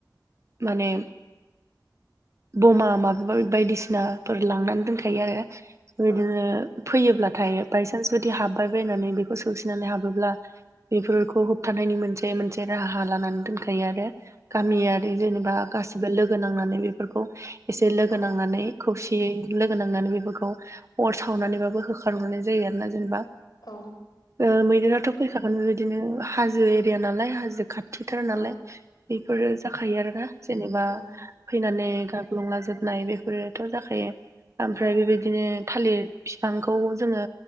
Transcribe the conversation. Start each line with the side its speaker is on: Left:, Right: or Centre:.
Right: माने बमा माबा बायदिसिनाफोर लांनानै दोनखायो आरो बेफोरबायदिनो।
Left: औ
Right: फैयोब्लाथाय बायसान्स जुदि हाब्बाय बायनानै बेखौ सौसिनानै हाबोब्ला। बेफोरखौ होबथानायनि मोनसे मोनसे राहा लानानै दोनखायो आरो। गामियारि
Left: औ
Right: जेनेबा गासिबो लोगो नांनानै बेफोरखौ एसे लोगो
Left: औ
Right: नांनानै। खौसेयै लोगो नांनानै बेफोरखौ अर सावनानैबाबो होखा रहरनाय जायो आरो ना जेनेबा
Left: औ
Right: ओ मैदेराथ' फैखागोन बे बेबायदिनो हाजो एरिया नालाय हाजो खा थिथार नालाय
Left: औ
Right: बेफोरो जाखायो आरोना। जेनेबा
Left: औ
Right: फैनानै गाग्लुंलाजोबनाय बेफोरोथ' जाखायो। ओमफ्राय
Left: औ
Right: बेबाय दिनो थालिर बिफांखौ जोङो